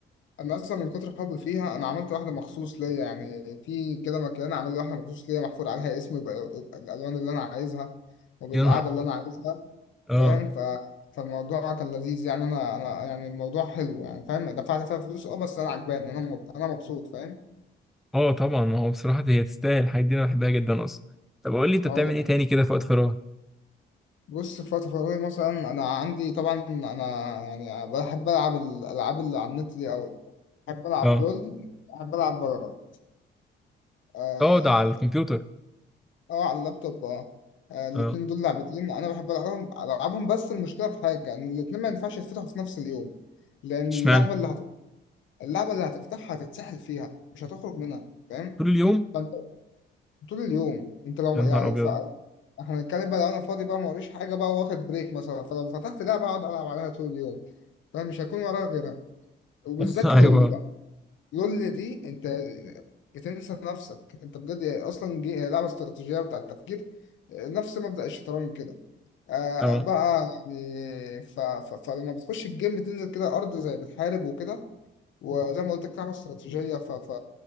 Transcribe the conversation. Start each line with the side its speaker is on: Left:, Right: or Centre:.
Left: انا اصلا من كتر حبي فيها انا عملت واحدة مخصوص ليا يعني في كده مكان عامل لي واحدة مخصوص ليا محفور عليها اسمي بالالوان اللي انا عايزها وبالقعدة
Centre: يا نهار
Left: اللي انا عايزها
Centre: آه
Left: فاهم ف... فالموضوع كان لذيذ يعني انا انا يعني الموضوع حلو يعني فاهم دفعت فيها فلوس اه بس انا عجباني انا مب... انا مبسوط فاهم
Centre: اه طبعا هو بصراحة هي تستاهل الحاجات دي انا بحبها جدا اصلا طب قول لي انت
Left: اه
Centre: بتعمل
Left: ده
Centre: ايه
Left: حقيقي
Centre: تاني كده في وقت فراغ
Left: بص في وقت فراغي مثلا انا عندي طبعا انا يعني بحب العب الالعاب اللي على النت دي قوي بحب العب
Centre: اه
Left: لول بحب العب فالورانت اه
Centre: اقعد على الكمبيوتر
Left: آه، على اللابتوب اه آه، الاتنين
Centre: اه
Left: دول لعبتين انا بحب العبهم العبهم بس المشكله في حاجه ان الاتنين ما ينفعش يتفتحوا في نفس اليوم لان
Centre: اشمعنى
Left: اللعبه اللي هت... اللعبه اللي هتفتحها هتتسحل فيها مش هتخرج منها فاهم
Centre: طول اليوم
Left: فانت طول اليوم انت لو
Centre: يا نهار
Left: يعني
Centre: ابيض
Left: ف... احنا هنتكلم بقى لو انا فاضي بقى موريش حاجه بقى واخد بريك مثلا فلو فتحت لعبه اقعد العب عليها طول اليوم فمش هكون وراها غيرها وبالذات
Centre: <laughs> ايوه
Left: لول بقى لول دي انت بتنسى نفسك انت بجد يعني اصلا جي... هي لعبه استراتيجيه بتاع التفكير نفس مبدأ الشطرنج كده آه
Centre: اه
Left: بقى يعني ف... ف... فلما بتخش الجيم بتنزل كده ارض زي بتحارب وكده وزي ما قلت لك لعبه استراتيجيه ف... ف...